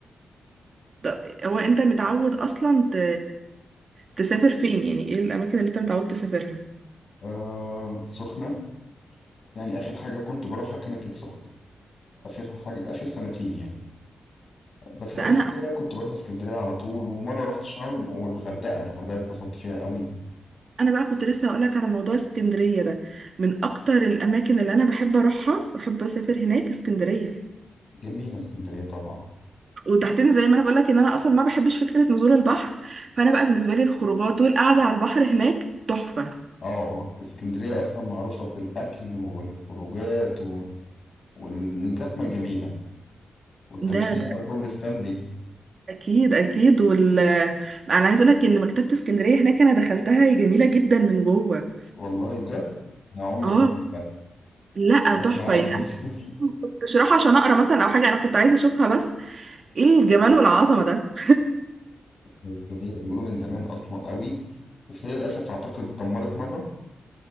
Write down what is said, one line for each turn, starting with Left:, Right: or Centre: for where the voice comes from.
Right: ده هو انت متعود اصلا ت... تسافر فين يعني ايه الاماكن اللي انت متعود تسافرها
Left: آه السخنة يعني آخر حاجة كنت بروحها كانت السخنة آخر حاجة آخر سنتين يعني بس
Right: بس
Left: قبل
Right: انا
Left: كده بقى كنت بروح اسكندرية على طول ومرة رحت شرم والغردقة الغردقة اتبسطت فيها قوي
Right: انا بقى كنت لسه هقولك على موضوع اسكندرية ده من اكتر الاماكن اللي انا بحب اروحها بحب اسافر هناك اسكندرية
Left: جميلة اسكندرية طبعا
Right: وتحديدا زي ما انا بقولك ان انا اصلا ما بحبش فكرة نزول البحر فانا بقى بالنسبة لي الخروجات والقعدة على البحر هناك تحفة
Left: اه اسكندرية أصلا معروفة بالأكل والخروجات و... والزحمة الجميلة والتمشية
Right: ده ده
Left: على كوبري ستانلي
Right: اكيد اكيد وال انا عايز اقول لك ان مكتبه اسكندريه هناك انا دخلتها هي جميله جدا من جوه
Left: والله بجد أنا عمري
Right: اه
Left: ما بحبها
Right: لا
Left: أسمع
Right: تحفه
Left: أنا
Right: يعني
Left: بس
Right: انا
Left: <laughs>
Right: ما كنتش رايحه عشان اقرا مثلا او حاجه انا كنت عايزه اشوفها بس ايه الجمال والعظمه ده
Left: هي جميلة بيقولوا من زمان أصلا قوي بس هي للأسف أعتقد اتدمرت مرة